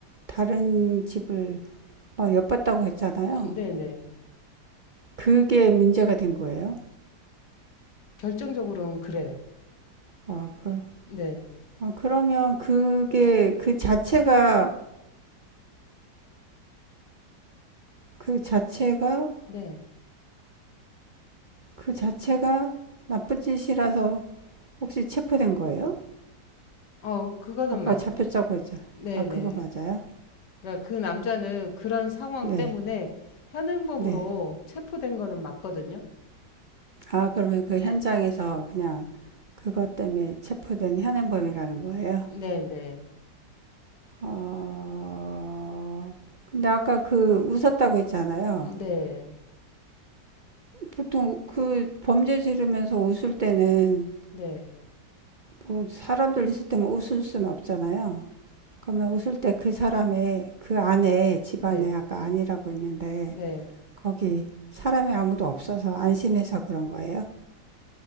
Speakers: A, on the right (about 75°); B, on the left (about 75°).
A: 다른 집을 막 엿봤다고 했잖아요.
B: 음, 네네.
A: 그게 문제가 된 거예요.
B: 결정적으로는 그래요.
A: 아, 그,
B: 네.
A: 아, 그러면 그게 그 자체가 그 자체가
B: 네.
A: 그 자체가 나쁜 짓이라서 혹시 체포된 거예요?
B: 어, 그거는
A: 아까
B: 맞아요.
A: 잡혔다고 했잖아요.
B: 네네.
A: 아, 그거 맞아요?
B: 그러니까 그 남자는 그런 상황
A: 네,
B: 때문에 현행범으로
A: 네.
B: 체포된 거는 맞거든요.
A: 아, 그러면 그 현장에서 그냥 그것 때문에 체포된 현행범이라는 거예요?
B: 네네.
A: 어, 근데 아까 그 웃었다고 했잖아요.
B: 네.
A: 보통 그 범죄 지르면서 웃을 때는
B: 네.
A: 뭐 사람들 있을 때만 웃을 수는 없잖아요. 그러면 웃을 때 그 사람의 그 안에 집안에
B: 네.
A: 아까 아니라고 했는데
B: 네.
A: 거기 사람이 아무도 없어서 안심해서 그런 거예요?